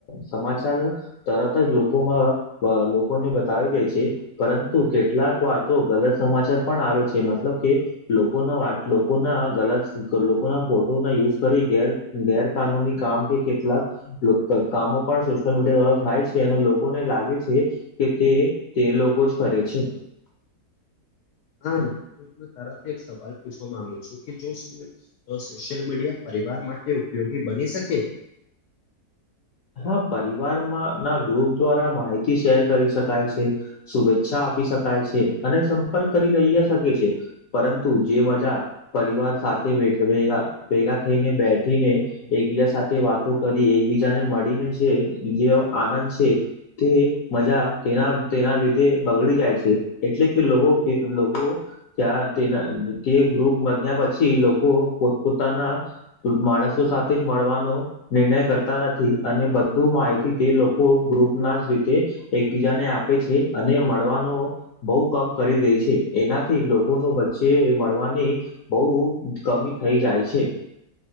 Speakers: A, on the left (about 65°); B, on the left (about 85°).
A: સમાચાર તરત જ લોકોમાં લોકોને બતાવી દે છે પરંતુ કેટલાક વાર તો ગલત સમાચાર પણ આવે છે મતલબ કે લોકોના વાત લોકોના ગત લોકોના ફોટો ના યુઝ કરી ઘેર ગેરકાનૂની કામ કે કેટલાક કામો પણ સોશિયલ મીડિયા દ્વારા થાય છે, અને લોકોને લાગે છે. કે તે તે લોકો જ કરે છે.
B: હા તારાથી એક સવાલ પૂછવા માંગુ છું કે જો શું તો સોશિયલ મીડિયા પરિવાર માટે ઉપયોગી બની શકે
A: હા પરિવારમાં ના ગ્રુપ દ્વારા માહિતી શેર કરી શકાય છે. શુભેચ્છા આપી શકાય છે, અને સંપર્ક કરી રહીયા શકે છે, પરંતુ જે મજા પરિવાર સાથે બેઠ ભેગા ભેગા થઈને બેઠીને એકબીજા સાથે વાતો કરી એકબીજાને મળીને જે જે આનંદ છે. તે મજા તેના તેના લીધે બગડી જાય છે, એટલે કે લોકો કે લોકો ત્યાં તેના તે ગ્રુપ બન્યા પછી લોકો પોત પોતાના માણસો સાથે જ મળવાનો નિર્ણય કરતા નથી અને બધું માહિતી તે લોકો ગ્રુપ ના જ રીતે એકબીજાને આપે છે, અને મળવાનો બોવ કમ કરી દે છે, એનાથી લોકોનુ વચ્ચે એ મળવાની બોવ કમી થઈ જાય છે.